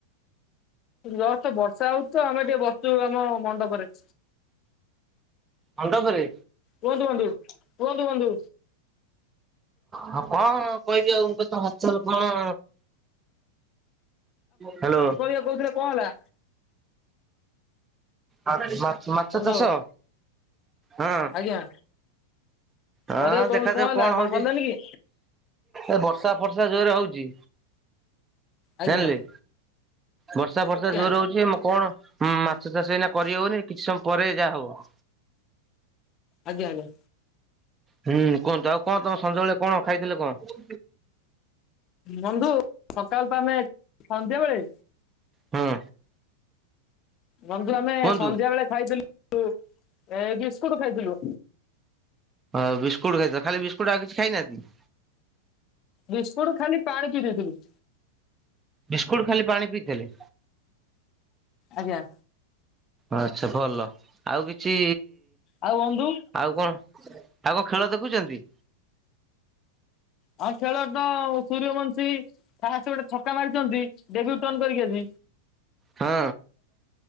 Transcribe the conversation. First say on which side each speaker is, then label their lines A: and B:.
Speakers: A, on the left (about 40°); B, on the right (about 20°).
A: ଜଷ୍ଟ ବର୍ଷା ହଉଛି ତ ଆମେ ଟିକେ ବସିଛୁ ଆମ ମଣ୍ଡପରେ।
B: ମଣ୍ଡପରେ?
A: କୁହନ୍ତୁ ବନ୍ଧୁ କୁହନ୍ତୁ ବନ୍ଧୁ।
B: ହଉ କଣ କହିବି ଆଉ ତ ହଲଚଲ କଣ? ହ୍ୟାଲୋ।
A: ସେ କହୁଥିଲେ କଣ ହେଲା?
B: ହଁ ମା ମାଛ
A: ବନ୍ଧୁ
B: ଚାଷ ହଁ।
A: ଆଜ୍ଞା।
B: ଆଁ
A: କରିବା କହୁ
B: ଦେଖାଯାଉ
A: ହେଲା
B: କଣ
A: ଆପଣ
B: ହଉଛି।
A: କଲେନି କି
B: ଏ ବର୍ଷା ଫର୍ଷା ଜୋରେ ହଉଛି
A: ଆଜ୍ଞା
B: ଜାଣିଲେ? ବର୍ଷା ଫର୍ଷା
A: ଆଜ୍ଞା
B: ଜୋରେ ହୋଉଛି କଣ ମାଛ ଚାଷ ଏଇନା କରିହଉନି କିଛି ସମୟ ପରେ ଯାହା ହବ।
A: ଆଜ୍ଞା ଆଜ୍ଞା।
B: ହୁଁ କୁହନ୍ତୁ ଆଉ କଣ ତମେ ସଞ୍ଜବେଳେ କଣ ଖାଇଥିଲେ କଣ?
A: ବନ୍ଧୁ ସକାଳ ତ ଆମେ ସଞ୍ଜବେଳେ?
B: ହଁ।
A: ବନ୍ଧୁ ଆମେ
B: କୁହନ୍ତୁ?
A: ସନ୍ଧ୍ୟା ବେଳେ ଖାଇଥିଲୁ ଏ ବିସ୍କୁଟ ଖାଇଥିଲୁ।
B: ହଁ ବିସ୍କୁଟ ଖାଇଛ ଖାଲି ବିସ୍କୁଟ ଆଉ କିଛି ଖାଇନାହାନ୍ତି?
A: ବିସ୍କୁଟ ଖାଲି ପାଣି ପିଇ ଦେଇଥିଲୁ।
B: ବିସ୍କୁଟ ଖାଲି ପାଣି ପିଇଥିଲେ?
A: ଆଜ୍ଞା।
B: ଆଚ୍ଛା ଭଲ ଆଉ କିଛି
A: ଆଉ ବନ୍ଧୁ
B: ଆଉ କଣ ଆଉ କଣ ଖେଳ ଦେଖୁଛନ୍ତି?
A: ହଁ ଖେଳ ତ ସୂର୍ଯ୍ୟବଂଶୀ ପାଷ୍ଟ ଗୋଟେ ଛକା ମାରିଛନ୍ତି। ଡେବିଟ୍ୟନ୍ କରିକି ଆଜି।
B: ହଁ।